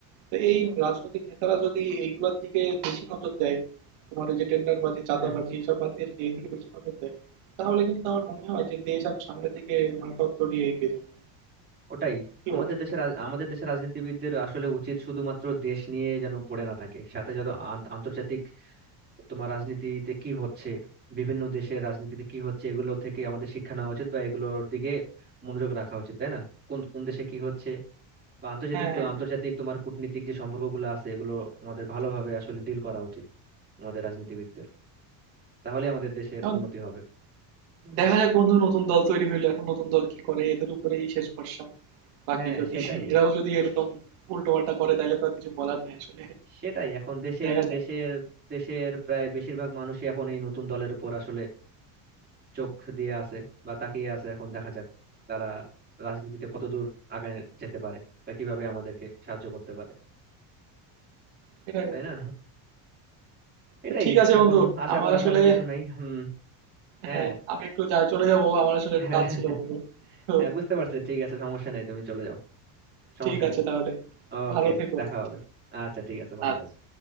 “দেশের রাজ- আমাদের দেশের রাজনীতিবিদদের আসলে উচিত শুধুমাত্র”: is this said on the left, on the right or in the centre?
Right